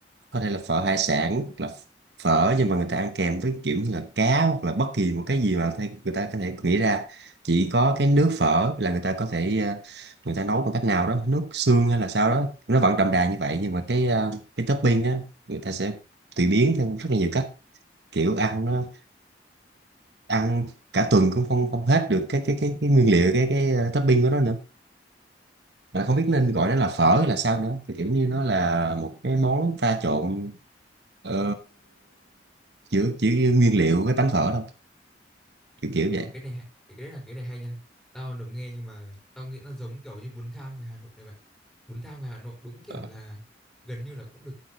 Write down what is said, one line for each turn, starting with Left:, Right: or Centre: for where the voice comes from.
Right: có thể là phở hải sản hoặc là phở nhưng mà người ta ăn kèm với kiểu như là cá hoặc là bất kỳ một cái gì mà phải- người ta có thể nghĩ ra chỉ có cái nước phở là người ta có thể ờ, người ta nấu bằng cách nào đó nước xương hay là sao đó nó vẫn đậm đà như vậy nhưng mà cái ờ, cái topping á người ta sẽ tùy biến theo rất là nhiều cách kiểu ăn nó ăn cả tuần cũng không không hết được cái cái cái cái nguyên liệu cái cái ờ, topping của nó nữa mà không
Centre: Ừ,
Right: biết
Centre: ý
Right: nên
Centre: là
Right: gọi nó là phở hay là sao nữa thì kiểu như nó là một cái món pha trộn ờ, giữa chỉ nguyên liệu với bánh phở thôi kiểu kiểu
Centre: Ờ,
Right: vậy
Centre: cái này hay- cái cái đấy là cái này hay nha tao đồng nghe nhưng mà tao nghĩ nó giống kiểu như bún thang ngoài Hà Nội này vậy bún thang ngoài Hà Nội đúng kiểu
Right: Ờ,
Centre: là gần như là cũng được